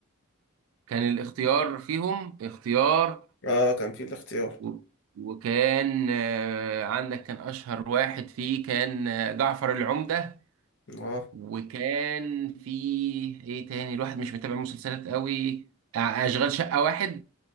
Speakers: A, on the right (about 75°); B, on the left (about 60°).
A: كان الاختيار فيهم اختيار
B: اه كان في الاختيار
A: و... وكان آه، عندك كان أشهر واحد فيه كان آه، جعفر العمدة
B: اه
A: وكان فيه ايه تاني الواحد مش متابع مسلسلات قوي أ- أشغال شقة واحد